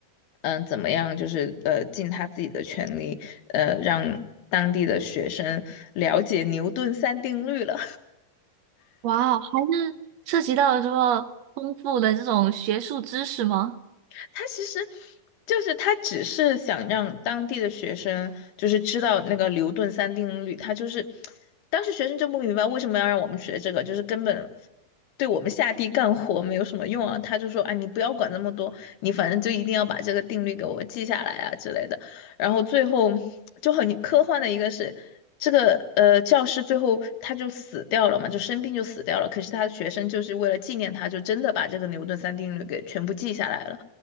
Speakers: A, on the left; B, on the right.
A: 嗯，怎么样，就是呃，尽他自己的全力，呃，让当地的学生了解牛顿三定律了。
B: 哇哦，还是涉及到了这么丰富的这种学术知识吗？
A: 他其实就是他只是想让当地的学生就是知道那个牛顿三定律，他就是当时学生就不明白为什么要让我们学这个，就是根本对我们下地干活没有什么用啊。他就说，哎，你不要管那么多，你反正就一定要把这个定律给我记下来啊之类的。然后最后就很科幻的一个是。这个呃，教师最后他就死掉了嘛，就生病就死掉了。可是他的学生就是为了纪念他，就真的把这个牛顿三定律给全部记下来了。